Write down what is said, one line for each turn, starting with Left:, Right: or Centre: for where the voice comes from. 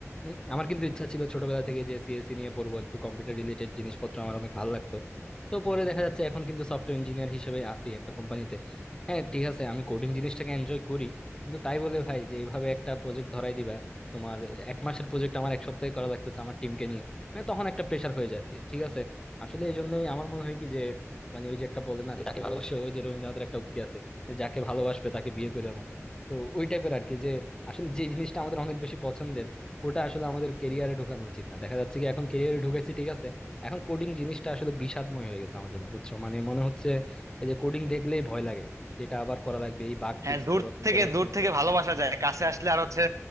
Left: উম, আমার কিন্তু ইচ্ছা ছিল ছোটবেলা থেকে যে সিএসসি নিয়ে পড়বো একটু কম্পিউটার রিলেটেড জিনিসপত্র আমার অনেক ভালো লাগতো তো পরে দেখা যাচ্ছে এখন কিন্তু সফটওয়্যার ইঞ্জিনিয়ার হিসেবে আছি একটা কোম্পানিতে হ্যাঁ ঠিক আছে আমি কোডিং জিনিসটাকে এনজয় করি কিন্তু তাই বলে ভাই যে এইভাবে একটা প্রজেক্ট ধরাই দিবা তোমার এক মাসের প্রজেক্ট আমার এক সপ্তাহে করা লাগতেছে আমার টিমকে নিয়ে মানে তখন একটা প্রেশার হয়ে যায় আর কি ঠিক আছে আসলে এই জন্যই আমার মনে হয় কি যে মানে ওই যে একটা বলে না যে যাকে ভালোবাসো ওই যে রবীন্দ্রনাথের একটা উক্তি আছে যে যাকে ভালোবাসবে তাকে বিয়ে করিও না তো ওই টাইপের আর কি যে আসলে যে জিনিসটা আমাদের অনেক বেশি পছন্দের ওটা আসলে আমাদের কেরিয়ারে ঢোকানো উচিত না দেখা যাচ্ছে কি এখন কেরিয়ারে ঢুকেছি ঠিক আছে এখন কোডিং জিনিসটা আসলে বিষাদময় হয়ে গেছে আমার জন্য বুঝছো মানে মনে হচ্ছে এই যে কোডিং দেখলেই ভয় লাগে যেটা আবার করা লাগবে এই বাগ
Right: হ্যাঁ
Left: ফিক্স
Right: দূর
Left: করো এই
Right: থেকে
Left: করো
Right: দূর
Left: সেই
Right: থেকে
Left: করো
Right: ভালোবাসা যায় কাছে আসলে আর হচ্ছে